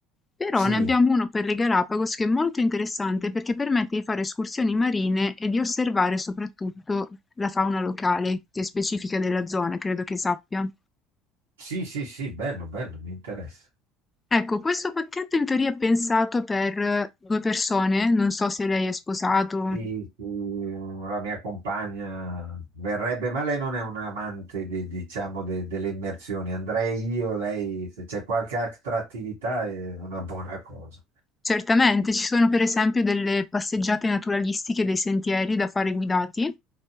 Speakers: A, on the left; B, on the right.
A: Però
B: Sì,
A: ne abbiamo uno per le Galapagos che è molto interessante perché permette di fare escursioni marine e di osservare soprattutto la fauna locale, che è specifica della zona, credo che sappia.
B: sì, sì, sì, bello, bello, mi interessa.
A: Ecco, questo pacchetto in teoria è pensato per eh, due persone, non so se lei è sposato.
B: Sì, sì, la mia compagna verrebbe, ma lei non è un amante, de- diciamo, de- delle immersioni. Andrei io, lei, se c'è qualche altra attività è una buona cosa.
A: Certamente, ci sono per esempio delle passeggiate naturalistiche, dei sentieri da fare guidati,